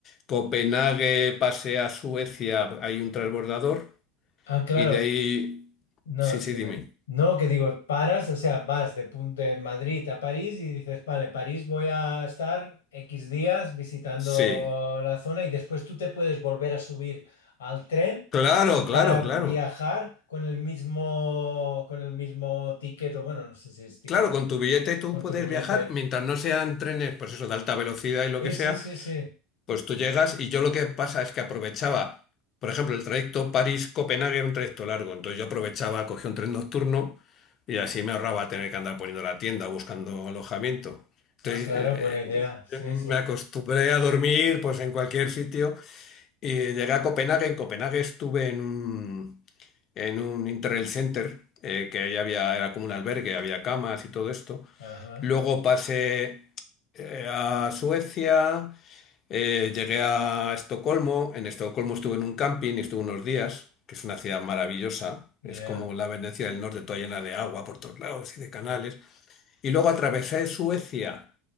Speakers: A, on the left (about 40°); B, on the left (about 70°).
A: Copenhague, pasé a Suecia, hay un transbordador.
B: Ah, claro.
A: Y de ahí.
B: No,
A: Sí, sí,
B: dime.
A: dime.
B: No, que digo, paras, o sea, vas de, pun- de Madrid a París y dices, vale, París voy a estar X días visitando
A: Sí.
B: la zona y después tú te puedes volver a subir al tren
A: Claro, claro,
B: para
A: claro.
B: viajar con el mismo, con el mismo ticket, o bueno, no sé si es ticket
A: Claro,
B: o
A: con tu billete tú
B: con
A: puedes
B: tu billete.
A: viajar mientras no sean trenes, pues eso, de alta velocidad y lo
B: Sí,
A: que sea,
B: sí, sí, sí.
A: Pues tú llegas y yo lo que pasa es que aprovechaba, por ejemplo, el trayecto París-Copenhague era un trayecto largo, entonces yo aprovechaba, cogía un tren nocturno y así me ahorraba tener que andar poniendo la tienda, buscando alojamiento. Entonces
B: Ah, claro,
A: eh,
B: buena idea. Sí,
A: eh, me
B: sí.
A: acostumbré a dormir pues en cualquier sitio y llegué a Copenhague. En Copenhague estuve en un, en un Interrail Center, eh, que ahí había, era como un albergue, había camas y todo esto.
B: Ajá.
A: Luego pasé eh, a Suecia. Eh, llegué a Estocolmo, en Estocolmo estuve en un camping y estuve unos días, que es una ciudad maravillosa,
B: Ya.
A: es como la Venecia del Norte, toda llena de agua por todos lados y de canales.
B: ah,
A: Y luego atravesé Suecia